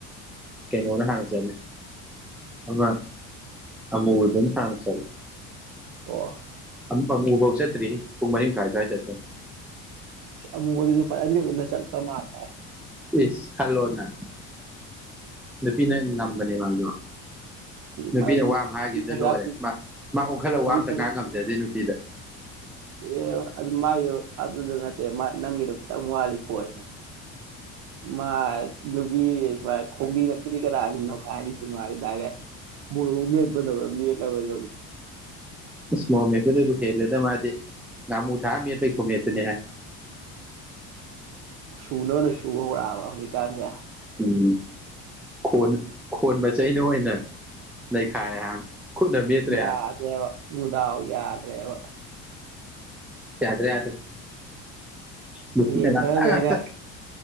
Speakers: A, in the centre; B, on the right.
A: ꯀꯩꯅꯣꯅ ꯍꯥꯟꯅ ꯆꯠꯂꯤ ꯑꯃ ꯑꯃꯨꯕꯗꯨꯅ ꯍꯥꯟꯅ ꯆꯠꯂꯤ
B: ꯑꯣ
A: ꯑꯝ ꯑꯃꯨꯕꯧ ꯆꯠꯇ꯭ꯔꯤꯍꯦ ꯄꯨꯡ ꯃꯔꯤ ꯃꯈꯥꯏ ꯁ꯭ꯋꯥꯏ ꯆꯠꯄꯟ
B: ꯑꯃꯨꯛꯕꯨꯗꯨꯁꯨ ꯐꯖꯅꯗꯤ ꯎꯅ ꯆꯠꯄ ꯃꯥꯜ
A: ꯏꯁ ꯈꯜꯂꯣꯅ ꯅꯨꯄꯤꯅ ꯉꯝꯕꯅꯦ ꯃꯥꯁꯨ ꯅꯨꯄꯤꯅ
B: ꯃꯥꯏꯗꯨꯗꯤ
A: ꯋꯥ ꯑꯃ
B: ꯈꯖꯤꯛ
A: ꯍꯥꯏꯒꯤꯕꯗ
B: ꯈꯖꯥꯛ
A: ꯂꯣꯏꯔꯦ ꯃꯥ ꯃꯥ ꯑꯣꯟꯈꯠꯂꯒ
B: ꯈꯖꯤꯛ
A: ꯋꯥ ꯑꯃꯇ
B: ꯈꯖꯥꯛ
A: ꯉꯥꯡ ꯉꯝꯖꯗꯦ ꯅꯨꯄꯤꯗ
B: ꯑꯦ ꯑꯗꯨ ꯃꯥꯏꯗꯨ ꯑꯗꯨꯗ ꯅꯠꯇꯦ ꯃꯥ ꯅꯪꯒꯤꯗꯣ ꯈꯤꯇꯪ ꯋꯥꯠꯂꯤ ꯄꯣꯏꯟ ꯃꯥ ꯅꯨꯄꯤ ꯁꯨꯃꯥꯏ ꯈꯣꯝꯕꯤꯅ ꯀꯤꯗꯤ ꯀꯗꯥꯅ ꯅꯣꯈꯥꯏꯔꯤꯁꯤ ꯃꯥꯗꯤ ꯗꯥꯏꯔꯦꯛ ꯃꯣꯔꫭꯛ ꯃꯦꯠꯄꯗꯧꯅ ꯃꯦꯠꯂꯕꯗꯨ
A: ꯏꯁ ꯃꫭꯔꫭꯛ ꯃꯦꯠꯄ ꯗꯩꯕꯨ ꯍꯦꯂꯦꯗ ꯃꯥꯗꯤ ꯉꯥꯃꯨ ꯊꯥꯛꯑ ꯃꯦꯠꯄꯩ ꯈꯨꯃꯦꯠ ꯇꯨꯅꯤꯍꯦ
B: ꯁꯨꯅꯕꯅ ꯁꯨ ꯍꯧꯔꯛꯑꯕ꯭ꯔꯥ ꯍꯧꯖꯤꯛꯀꯥꯟꯁꯦ
A: ꯎꯝ ꯈꫭꯟ ꯈꯣꯟ ꯃꯆꯩꯩꯅ ꯑꯣꯏꯅ ꯅꯩꯈꯥꯏꯔꯦ ꯍꯥꯏꯕꯅꯤ ꯈꯨꯠꯅ ꯃꯦꯠꯇ꯭ꯔꯦ
B: ꯌꯥꯗꯦꯕ
A: ꯍꯥꯏꯕꯅꯤ
B: ꯃꯨꯗꯥꯎ ꯌꯥꯗ꯭ꯔꯦꯕ
A: ꯌꯥꯗ꯭ꯔꯦ ꯌꯥꯗ꯭ꯔꯦ ꯅꯨꯄꯤꯅ
B: ꯍꯌꯦꯡ
A: ꯉꯥꯛꯇ
B: ꯈꯔ ꯂꯩꯔꯒ
A: ꯉꯥꯛꯇ